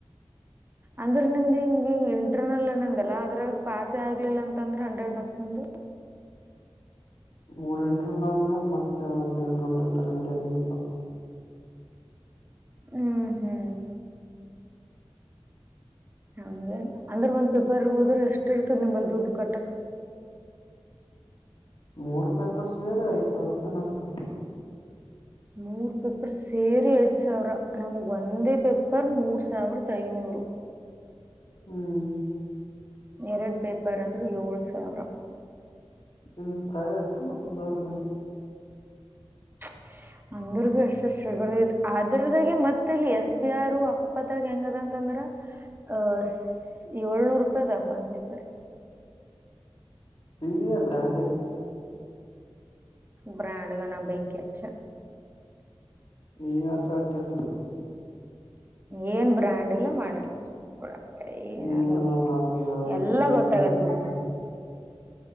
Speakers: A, on the right (about 20°); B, on the left (about 65°).
A: ಅಂದ್ರ ನಿಮ್ದ್ ಹಿಂಗಗೆ ಇಂಟರ್ನಲ್ ಏನಂದಲ್ಲ ಅದ್ರ ಪಾಸೇ ಆಗ್ಲಿಲ್ಲ ಅಂತ ಅಂದ್ರೆ ಹಂಡ್ರೆಡ್ ಮಾರ್ಕ್ಸ್ ದು
B: ಮೂರ್ ಇಂಟರ್ನಲ್ ಆದ್ಮೇಲೆ ಮತ್ತೆ ಒಂದು ಇಂಟ್ರಲ್ ಇರ್ತಾರೆ ಮಿಡಿಯಲ್ ಇಂಟರ್ನಲ್
A: ಹ್ಮ್ ಹ್ಮ್ ಹೌದೇ ಅಂದ್ರೆ ಒಂದ್ ಪೇಪರ್ ಹೋದ್ರೆ ಎಷ್ಟ್ ಇರ್ತದ ನಿಂಬಲ್ ದುಡ್ಡು ಕಟ್ಟಕ್
B: ಮೂರು ಪೆಪರ್ ಸೇರಿ ಐದು ಸಾವಿರ ರೂಪಾಯಿ ನಾಯ್ತಾ
A: ಮೂರ್ ಪೇಪರ್ ಸೇರಿ ಐದ್ ಸಾವಿರ ನಮ್ಗೆ ಒಂದೇ ಪೇಪರ್ ಮೂರ್ ಸಾವಿರದ ಐನೂರು
B: ಹ್ಮ್
A: ಎರಡು ಪೇಪರ್ ಅಂದರೆ ಏಳು ಸಾವಿರ
B: ನಿಮ್ದು ಪ್ರೈವೇಟ್ ನಮ್ದು ಗೌರ್ಮೆಂಟ್
A: <inaudible> ಅಂದ್ರ ಬಿ ಅಷ್ಟ ಶುಬದ ಅದ್ರದಾಗೆ ಮತ್ತ ಇಲ್ಲಿ ಎಸ್ ಬಿ ಆರ್ ಅಪ್ಪತ್ತಾಗ ಹೆಂಗದ ಅಂತಂದ್ರ ಅಹ ಏಳ್ನೂರು ರೂಪಾಯಿದಾಗ ಒಂದ ಪೇಪರ್ ಗೆ
B: ಪೀಡಿಯ ಬ್ರ್ಯಾಂಡ್ ಐತು
A: ಬ್ರ್ಯಾಂಡ್ ಗೆ ನ ಬೆಂಕಿಹಚ್ಚ
B: ನೀನ್ ಮಾತ್ರ ಆತರಲ್ಲ
A: ಏನ್ ಬ್ರ್ಯಾಂಡ್ ಇಲ್ಲ ಮನ ಇಲ್ಲಾ ಸುಮ್ನೆ ಕೂಡ ಯನಲ್ಲ
B: ನೀನು
A: ಗೊತ್ತೇ
B: ಅದು
A: ಎಲ್ಲ
B: ನಿನ್
A: ಗೊತ್ತಾಗದ್
B: ಫ್ರೆಂಡ್ಸ್
A: ಬಿಡು ನನಗೆ